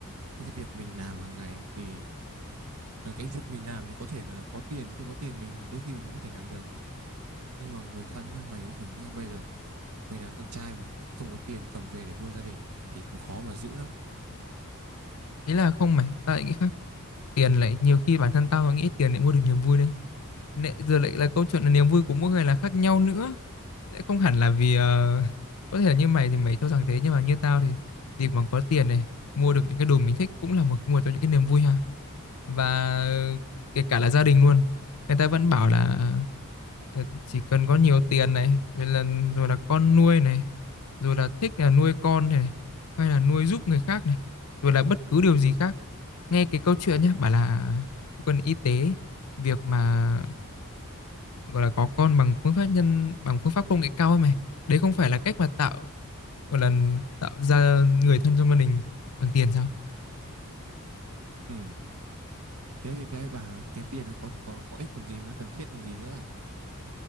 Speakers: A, on the right; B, on the left.
A: những cái việc mình làm hàng ngày ấy, thì ờ, cái việc mình làm thì có thể là có tiền không có tiền mình đôi khi mình vẫn có thể làm được nhưng mà người thân nhá mày có thể nghĩ là bây giờ mình là con trai mà không có tiền cầm về để nuôi gia đình thì cũng khó mà giữ lắm
B: Ý là không mày, tao lại nghĩ khác. Tiền lại nhiều khi bản thân tao nghĩ tiền lại mua được niềm vui đấy. Nãy giờ lại là câu chuyện là niềm vui của mỗi người là khác nhau nữa Sẽ không hẳn là vì ờ, có thể là như mày thì mày cho rằng thế nhưng mà như tao thì việc mà có tiền này mua được những cái đồ mình thích cũng là một cái nguồn cho những cái niềm vui ha và ờ, kể cả là gia đình luôn người ta vẫn bảo là ờ, chỉ cần có nhiều tiền này rồi là rồi là con nuôi này rồi là thích là nuôi con này hay là nuôi giúp người khác này rồi là bất cứ điều gì khác nghe cái câu chuyện nhé bảo là cơ quan y tế việc mà gọi là có con bằng phương pháp nhân bằng phương pháp công nghệ cao ấy mày đấy không phải là cách mà tạo gọi là tạo ra người thân trong gia đình bằng tiền sao
A: ừ. thế thì cái bảo là cái tiền nó có có có ích còn gì nó cần thiết còn gì nữa à?